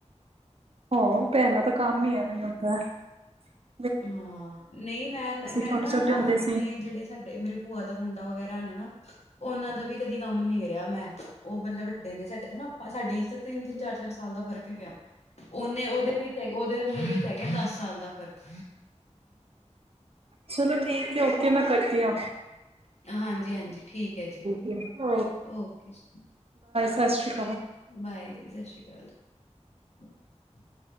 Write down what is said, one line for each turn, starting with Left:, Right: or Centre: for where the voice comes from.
Right: ਹੋਓ ਭੈਣਾ ਤਾਂ ਕਮ ਈ ਏ। <unintelligible>
Left: ਹਾਂ, ਨਹੀਂ ਮੈਂ, ਮੈਂ
Right: ਛੋਟੇ
Left: ਤਾਂ
Right: ਛੋਟੇ
Left: ਨਾ
Right: ਹੁੰਦੇ
Left: ਆਪਨੇ
Right: ਸੀ
Left: ਜਿਹੜੇ ਸਾਡੇ ਮੇਰੇ ਭੂਆ ਦਾ ਮੁੰਡਾ ਵਗੈਰਾ ਨੇ ਨਾ ਉਹਨਾਂ ਦਾ ਵੀ ਕਦੀ ਕੰਮ ਨੀ ਕੇਰੇਆ ਮੈਂ। ਉਹ ਮਤਲਬ ਵੱਡੇ ਨੇ ਸਾਡੇ ਤੋਂ ਨਾ ਆਪਾਂ ਸਾਡੇ ਇਚ ਤੇ ਤਿੰਨ, ਤਿੰਨ, ਚਾਰ, ਚਾਰ ਸਾਲ ਦਾ ਫ਼ਰਕ ਹੈਗਾ। ਉਹਨੇ ਉਹਦੇ ਵਿੱਚ ਹੈ ਉਹਦੇ ਹੋਰ ਮੇਰੇ ਚ ਹੈਗੇ ਦਸ ਸਾਲ ਦਾ ਫਰਕ।
Right: ਚਲੋ ਠੀਕ ਐ। ਓਕੇ, ਮੈਂ ਕਰਦੀ ਆਂ।
Left: ਹਾਂਜੀ, ਹਾਂਜੀ ਠੀਕ ਏ ਜੀ,
Right: ਹੈ
Left: ਓਕੇ ਜੀ।
Right: ਸਾ ਸ੍ਰੀ।
Left: ਬਾਏ ਜੀ, ਸਤਿ ਸ੍ਰੀ ਅਕਾਲ ਜੀ। <unintelligible>